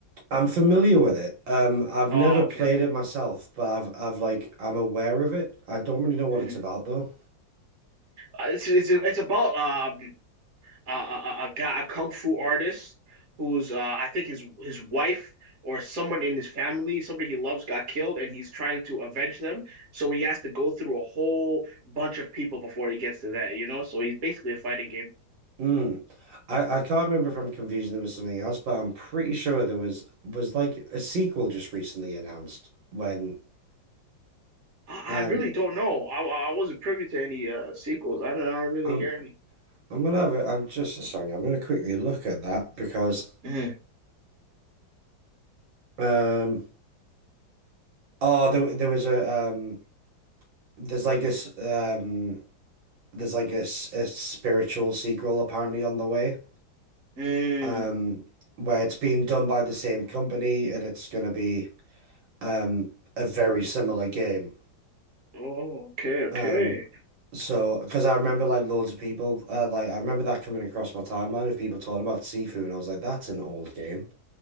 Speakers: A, on the right; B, on the right.
A: I'm familiar with it. Um, I've
B: oh
A: never played
B: okay. <laughs>
A: it myself, but I've I've like I'm aware of it. I don't really know what
B: Mhm.
A: it's about though.
B: Uh, It's it's it's about um uh, a a, a guy, a kung fu artist who's uh, I think his his wife or someone in his family, somebody he loves, got killed, and he's trying to avenge them. So he has to go through a whole bunch of people before he gets to that, you know. So he's basically a fighting game.
A: Mm. I, I can't remember if I'm confusing. There was something else, but I'm pretty sure there was was like a sequel just recently announced. When
B: I,
A: um,
B: I really don't know. I I wasn't privy to any uh sequels. I don't, I don't really
A: I'm
B: hear any.
A: I'm gonna have a, I'm just sorry. I'm gonna quickly look at that because
B: Mm,
A: um, oh, there there was a um, there's like this um, there's like a, s- a spiritual sequel apparently on the way.
B: mm.
A: Um, where it's being done by the same company and it's gonna be um a very similar game.
B: Oh, okay, okay.
A: Um, so because I remember like loads of people, uh, like I remember that coming across my timeline of people talking about Sifu, and I was like, that's an old game.